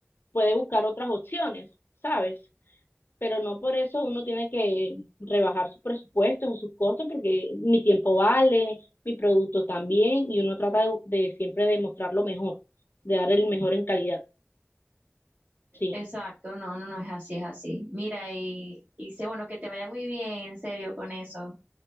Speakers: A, on the left (about 50°); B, on the right (about 40°).
A: puede buscar otras opciones, ¿sabes? Pero no por eso uno tiene que rebajar sus presupuestos o sus costos, porque mi tiempo vale, mi producto también, y uno trata de, de siempre de mostrar lo mejor, de dar el mejor en calidad. Sí,
B: Exacto, no, no, no es así, es así. Mira, y, y sé, bueno, que te vaya muy bien, en serio, con eso.